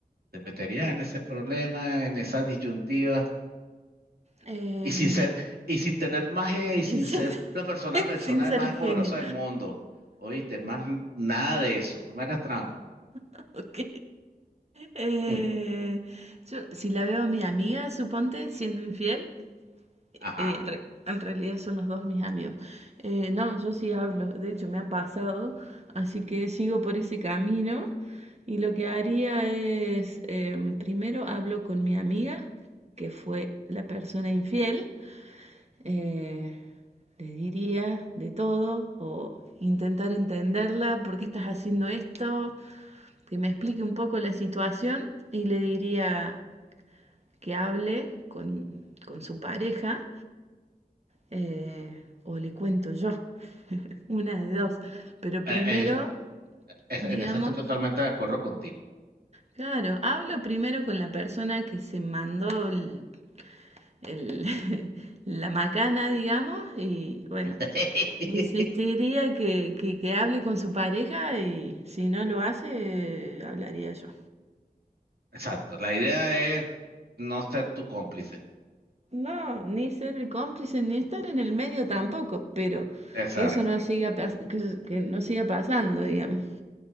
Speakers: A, on the right (about 80°); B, on the right (about 45°).
A: ¿Te meterías en ese problema, en esa disyuntiva?
B: em,
A: Y sin ser, y sin tener magia y sin
B: y sin,
A: ser la persona,
B: <laughs>
A: persona
B: sin ser
A: más
B: genio.
A: poderosa del mundo. Oíste, más n- nada de eso. No me hagas trampa.
B: <laughs> Ok. Eh,
A: Mm,
B: yo, si la veo a mi amiga, suponte, siendo infiel, eh,
A: Ajá.
B: en re- en realidad son los dos mis amigos. Eh, no, yo sí hablo, de hecho me ha pasado, así que sigo por ese camino y lo que haría es, em, primero hablo con mi amiga, que fue la persona infiel, eh, le diría de todo o intentar entenderla, ¿por qué estás haciendo esto? que me explique un poco la situación y le diría que hable con, con su pareja eh, o le cuento yo, <laughs> una de dos. Pero
A: Eh,
B: primero,
A: eh, es-
B: digamos,
A: en eso estoy totalmente de acuerdo contigo.
B: claro, hablo primero con la persona que se mandó el- el- <laughs> la macana, digamos, y bueno,
A: <laughs>
B: insistiría que, que, que hable con su pareja y si no lo hace, eh, hablaría yo.
A: Exacto. La idea es no ser tu cómplice.
B: No, ni ser el cómplice, ni estar en el medio tampoco, pero
A: Exacto.
B: que eso no siga, pas- que, eso- que no siga pasando, digamos.